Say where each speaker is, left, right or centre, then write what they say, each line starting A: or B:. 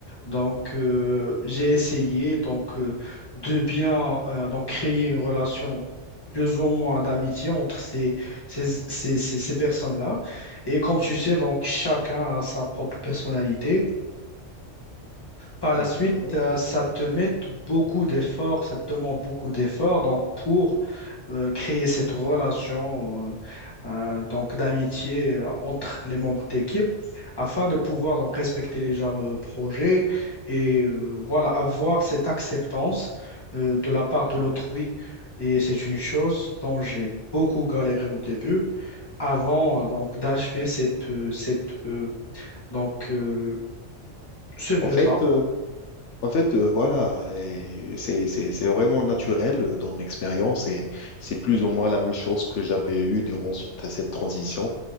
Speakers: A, on the left; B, on the left.
A: Donc, euh, j'ai essayé donc, euh, de bien euh, donc, créer une relation plus ou moins d'amitié entre ces, ces, ces, ces, ces personnes-là. Et comme tu sais, donc, chacun a sa propre personnalité. Par la
B: D'accord.
A: suite, euh, ça te met beaucoup d'efforts, ça te demande beaucoup d'efforts donc, pour euh, créer cette relation euh, euh, donc d'amitié euh, entre les membres d'équipe afin de pouvoir donc respecter les genres de projet et euh, voilà avoir cette acceptance euh, de la part de l'autrui et c'est une chose dont j'ai beaucoup galéré au début avant euh, donc d'achever cette euh, cette euh, donc euh, ce but-là.
B: En fait, En fait, euh, voilà, et c'est c'est- c'est vraiment naturel euh, ton expérience et c'est plus ou moins la même chose que j'avais eue durant cette, cette transition.